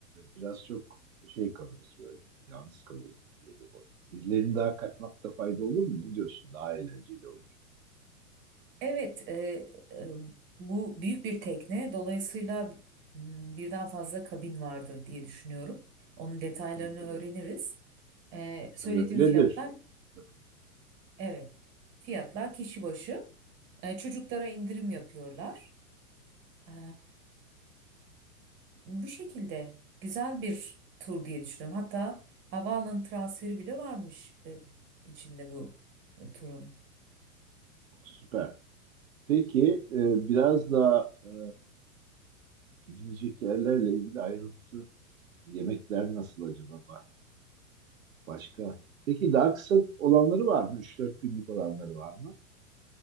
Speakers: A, on the right; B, on the right.
A: biraz çok şey kalırız böyle. Yalnız kalırız gibi geliyor bana. Birilerini daha katmakta fayda olur mu? Ne diyorsun? Daha eğlenceli olur.
B: Evet, e, e, bu büyük bir tekne. Dolayısıyla m, birden fazla kabin vardır diye düşünüyorum. Onun detaylarını
A: Tabii,
B: öğreniriz.
A: tabii,
B: E, söylediğim
A: tabii öyledir.
B: fiyatlar,
A: Bak,
B: evet, fiyatlar kişi başı. E, çocuklara indirim yapıyorlar. E, bu şekilde güzel bir tur diye düşünüyorum. Hatta havaalanı transferi bile varmış e, içinde bu e, turun.
A: süper. Peki e, biraz daha e, gidilecek yerlerle ilgili ayrıntı yemekler nasıl acaba? Başka? Peki daha kısa olanları var mı? üç dört günlük olanları var mı?